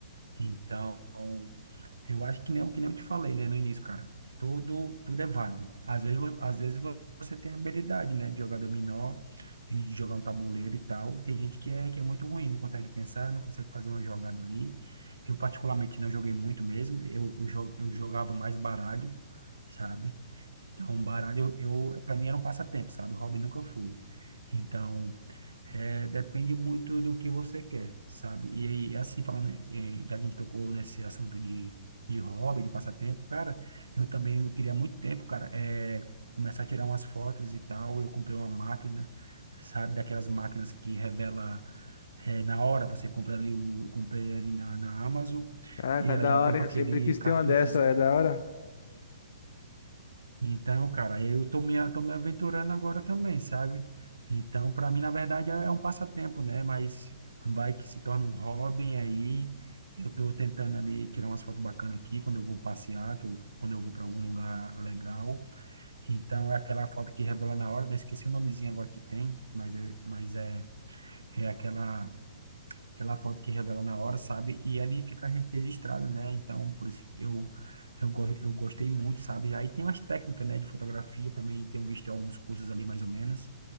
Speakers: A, on the right; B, on the left.
A: Então, Eu acho que nem, o que nem eu te falei, né, no início, cara. Tudo, tudo é válido. Às vezes, vo- às vezes vo- você tem habilidade, né, de jogar dominó, e de jogar um tabuleiro e tal. Tem gente que é, que é muito ruim, não consegue pensar, não consegue fazer uma jogada ali. Eu, particularmente, não joguei muito mesmo. Eu, eu, jo- eu jogava mais baralho, sabe? Então, baralho, eu, eu, para mim era um passatempo, sabe? O hobby nunca fui. Então, é, depende muito do que você quer, sabe? E aí, assim, falando, eh, já que a gente tocou nesse assunto de de hobby, de passatempo, cara, eu também eu queria há muito tempo, cara, é, começar a tirar umas fotos e tal. Eu comprei uma máquina, sabe, daquelas máquinas que revela é, na hora. Você compra ali o, comprei ali na, na Amazon
B: Caraca,
A: e ela
B: da
A: já vem
B: hora,
A: com
B: hein?
A: aquele
B: Eu sempre quis
A: cartucho
B: ter uma dessa, é da hora.
A: então, cara, eu tô me, tô me aventurando agora também, sabe? Então, para mim, na verdade, é é um passatempo, né? Mas vai que se torna um hobby aí. Eu tô tentando ali tirar umas fotos bacanas aqui quando eu vou passear, que eu, quando eu vou para algum lugar legal. Então, é aquela foto que revela na hora, né? Esqueci o nomezinho agora que tem, mas é, mas é, é aquela aquela foto que revela na hora, sabe? E ali fica re- registrado, né? Então, por isso que eu, eu, go- eu gostei muito, sabe? Aí tem umas técnicas, né, de fotografia também, tenho visto em alguns cursos ali, mais ou menos.